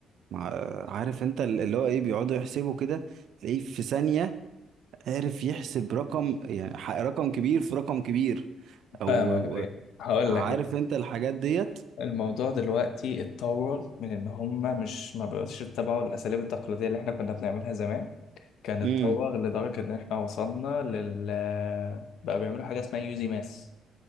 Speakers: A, on the right; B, on the left.
A: مع آه، عارف انت اللي هو ايه بيقعدوا يحسبوا كده تلاقيه في ثانيه عارف يحسب رقم يعني ح- رقم كبير في رقم كبير او
B: فاهمك أيوة.
A: أو-
B: هقول
A: عارف
B: لك كده.
A: انت الحاجات ديت
B: الموضوع دلوقتي اتطور من ان هم مش ما بقوش يتبعوا الاساليب التقليديه اللي احنا كنا بنعملها زمان كان اتطور
A: امم
B: لدرجه ان احنا وصلنا لل بقى بيعملوا حاجه اسمها يوزي ماس